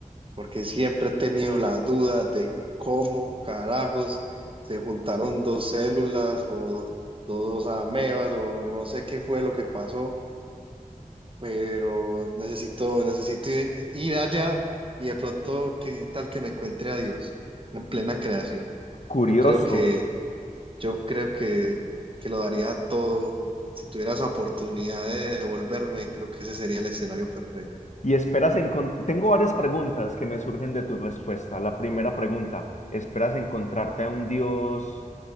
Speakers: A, on the right (about 40°); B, on the left (about 60°).
A: porque siempre he tenido la duda de cómo carajos se juntaron dos células o dos amebas o no sé qué fue lo que pasó, pero necesito, necesito ir, ir allá y de pronto qué tal que me encuentre a Dios en plena creación.
B: Curioso.
A: Yo creo que, yo creo que, que lo daría todo. Si tuviera esa oportunidad de devolverme, creo que ese sería el escenario perfecto.
B: Y esperas encontrar... Tengo varias preguntas que me surgen de tu respuesta. La primera pregunta, ¿esperas encontrarte a un Dios